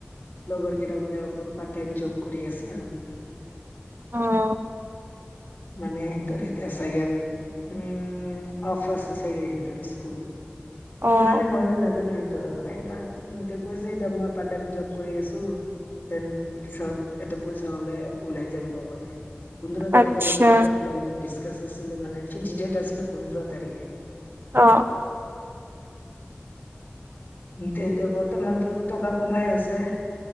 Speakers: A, on the left; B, on the right.
A: লগৰ কেইটামানে অকণ পাৰ্ট টাইম জব কৰি আছে আৰু
B: অ
A: মানে এন্তৰে এতিয়া চাগে উম অফ আছে চাগে সিহঁতৰ স্কুল
B: অ'
A: মানে ইমান ই এইটো কৈছে এতিয়া মই পাৰ্ট টাইম জব কৰি আছো। দেন পিছত এটা পইচা হলে ওলাই লগতে পোন্ধৰ তাৰিখলৈকে
B: আচ্ছা
A: নাই প্লানিং আছিলে মানে ফিক্স ডেট আছিলে পোন্ধৰ তাৰিখে।
B: অ
A: এতিয়া এতিয়া বৰ্তমানতো টকা কমাই আছে।